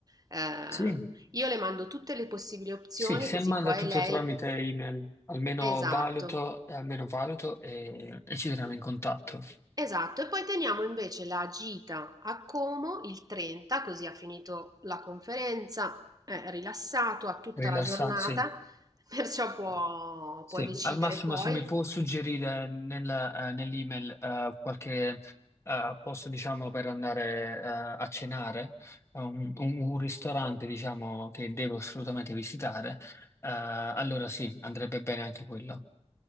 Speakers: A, on the right; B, on the left.
A: Ehm,
B: Sì,
A: io le mando tutte le possibili opzioni,
B: sì, se
A: così
B: manda
A: poi
B: tutto
A: lei...
B: tramite email, almeno
A: Esatto,
B: valuto, almeno valuto e, e ci teniamo in contatto.
A: esatto. E poi teniamo invece la gita a Como il 30, così ha finito la conferenza, è rilassato, ha tutta
B: Rilassanti,
A: la giornata,
B: sì.
A: <laughs> perciò può, può
B: Sì,
A: decidere
B: al massimo
A: poi.
B: se mi può suggerire nel, eh, nell'email eh, qualche eh, posto, diciamo, per andare eh, a cenare, eh, un, un- un ristorante, diciamo, che devo assolutamente visitare, eh, allora sì, andrebbe bene anche quello.